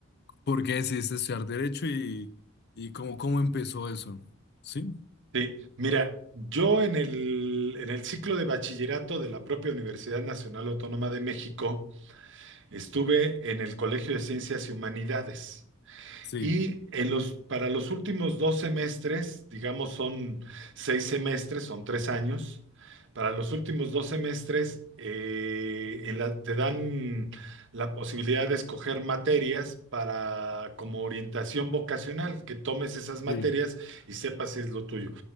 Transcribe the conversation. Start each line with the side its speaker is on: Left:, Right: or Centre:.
Left: ¿por qué decidiste estudiar derecho y, y cómo, cómo empezó eso? ¿Sí?
Right: Sí, mira, yo en el, en el ciclo de bachillerato de la propia Universidad Nacional Autónoma de México estuve en el Colegio de Ciencias y Humanidades.
Left: Sí,
Right: Y en los, para los últimos dos semestres, digamos son seis semestres, son tres años, para los últimos dos semestres eh, en la- te dan la posibilidad de escoger materias para como orientación vocacional, que tomes esas materias
Left: sí,
Right: y sepas si es lo tuyo.